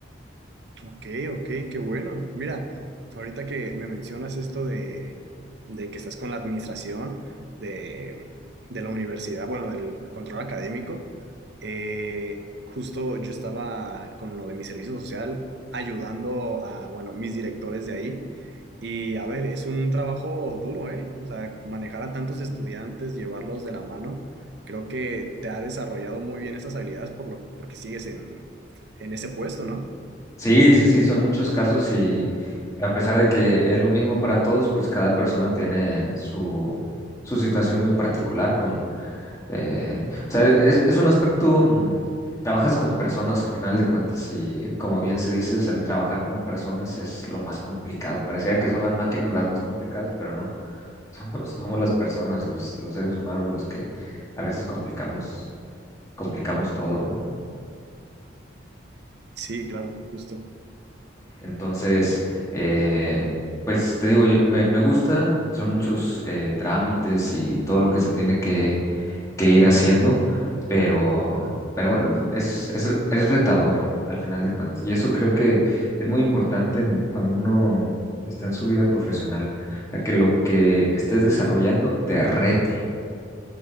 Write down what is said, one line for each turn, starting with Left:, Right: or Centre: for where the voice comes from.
Right: Ok, ok, qué bueno. Mira, ahorita que me mencionas esto de, de que estás con la administración de, de la universidad, bueno, del control académico, eh, justo yo estaba con lo de mi servicio social ayudando a, bueno, mis directores de ahí. Y a ver, es un trabajo duro, ¿eh? O sea, manejar a tantos estudiantes, llevarlos de la mano, creo que te ha desarrollado muy bien esas habilidades por lo, porque sigues en, en ese puesto, ¿no?
Left: Sí, sí, sí, son muchos casos y a pesar de que es lo mismo para todos, pues cada persona tiene su, su situación muy particular con, Eh, o sea, es, es un aspecto, mm, trabajas con personas al final de cuentas y como bien se dice, o sea, el trabajar con personas es lo más complicado. Parecía que son las máquinas las más complicadas, pero no, <laughs> somos, somos las personas, los, los seres humanos los que a veces complicamos, complicamos todo, ¿no?
Right: Sí, claro, justo.
Left: Entonces, eh, pues te digo, yo- me, me gusta, son muchos eh, trámites y todo lo que se tiene que, que ir haciendo, pero, pero bueno, te- es, es, es retador al final de cuentas. Y eso creo que es muy importante en- cuando uno está en su vida profesional, o sea, que lo que estés desarrollando te rete.